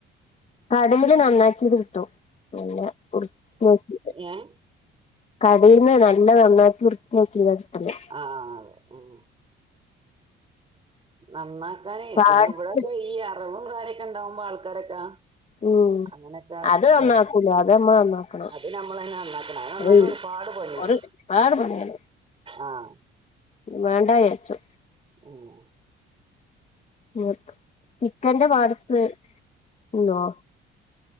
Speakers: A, on the left (about 35°); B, on the right (about 25°).
A: കടയില് നന്നാക്കിയത് കിട്ടും പിന്ന വൃത്തിയാക്കിട്ട്
B: ഏഹ്
A: കടീന്ന് നല്ല നന്നാക്കി വൃത്തിയാക്കിയത കിട്ടല്
B: ആഹ് അതെ ഉം നന്നാക്കാനേ
A: പാഴ്സല്
B: പിന്നെ ഇവിടൊക്കെ ഈ അറവും കാര്യൊക്കെ ഇണ്ടാവുമ്പോ ആൾക്കാരൊക്കെ
A: ഉം
B: അങ്ങനൊക്കെ
A: അത് നന്നാക്കൂല
B: ഉം
A: അത് നമ്മള് നന്നാക്കണം
B: അത് നമ്മളന്നെ നന്നാക്കണം അത് നന്നാക്കാനൊരു
A: ഏയ്
B: പാട് പണിയാണ്
A: ഒരു പാട് പണിയാണ്
B: ആഹ്
A: മാണ്ടാവിചാരിച്ചു
B: ഉം
A: നോക്ക് ചിക്കന്റെ പാട്സ് തിന്നോ